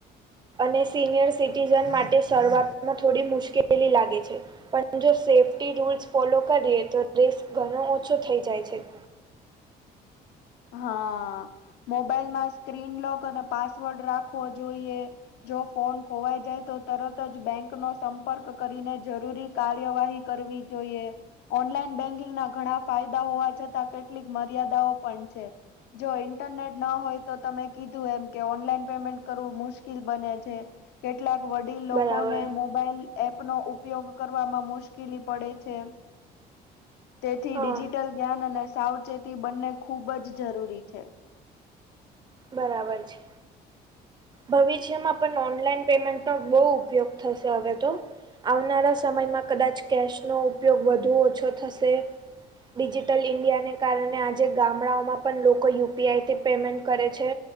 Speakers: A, on the right (about 25°); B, on the left (about 80°).
A: અને સિનિયર સિટીઝન માટે શરૂઆતમાં થોડી મુશ્કેલી લાગે છે. પણ જો સેફ્ટી રૂલ્સ ફોલો કરીએ તો રિસ્ક ઘણો ઓછો થઈ જાય છે
B: હા મોબાઈલમાં સ્ક્રીનલોક અને પાસવર્ડ રાખવો જોઈએ જો ફોન ખોવાઈ જાય તો તરત જ બેંક નો સંપર્ક કરીને જરૂરી કાર્યવાહી કર જોઈએ ઓનલાઈન બેંકિંગ ના ઘણા ફાયદા હોવા છતાં કેટલીક મર્યાદાઓ પજર જો ઇન્ટરનેટ ન હોય તો તમે કીધું એમ કે ઓનલાઈન પેમેન્ટ કરવું મુશ્કેલ બને છે કેટલાક વડીલ લોકો
A: બરાબર
B: ને મોબાઈલ એપ નો ઉપયોગ કરવામાં મુશ્કેલી પડે છે તેથી
A: હા
B: ડિજિટલ જ્ઞાન અને સાવચેતી બંને ખૂબ જ જરૂરી છે
A: બરાબર છે ભવિષ્યમાં પણ ઓનલાઈન પેમેન્ટનોો બહુ ઉપયોગ થશે હવે તો આવનારા સમયમાં કદાચ કેશનો ઉપયોગ વધુ ઓછો થશે ડિજિટલ ઈન્ડિયાને કારણે આજે ગામડાઓમાં પણ લોકો યુપીઆઈથી પેમેન્ટ કરે છે